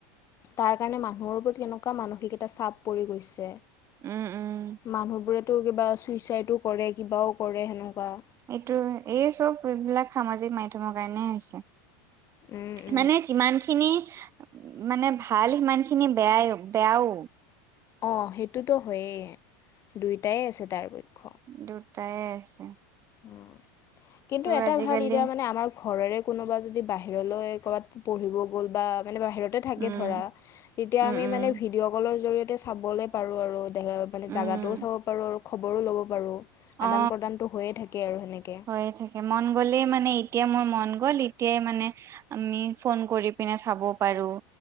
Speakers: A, on the left; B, on the right.
A: তাৰ কাৰণে মানুহৰ ওপৰত এনকুৱা মানসিক এটা চাপ পৰি গৈছে
B: উম উম
A: মানুহবোৰেটো কিবা চুইচাইডো কৰে কিবাও কৰে সেনকুৱা।
B: এইটো হয়, এই চব এইবিলাক সামাজিক মাধ্যমৰ কাৰণে হৈছে।
A: এ
B: মানে যিমান খিনি মানে ভাল, সিমান খিনি বেয়াই বেয়াও।
A: অঁ সেইটোতো হয়েই দুইটাই আছে তাৰপক্ষ।
B: দুটাই আছে।
A: উম কিন্তু
B: তোৰ
A: এটা
B: আজিকালি
A: ভাল এতিয়া মানে আমাৰ ঘৰৰে কোনোবা যদি বাহিৰলৈ ক'ৰবাত পঢ়িব গ'ল বা মানে বাহিৰত তে থাকে
B: উম
A: ধৰা এতিয়া
B: উম
A: আমি
B: উম
A: মানে ভিডিঅ কলৰ জৰিয়তে চাবলে পাৰোঁ আৰু মানে
B: উম
A: জাগাটোও চাব পাৰো আৰু খবৰো ল'ব পাৰো,
B: অ
A: আদান প্ৰদানটো হৈয়ে থাকে কে আৰু সেনেকে।
B: হৈয়ে থাকে মন গ'লেই মানে এতিয়া মোৰ মন গ'ল এতিয়াই মানে আমি ফোন কৰি পিনে চাব পাৰোঁ,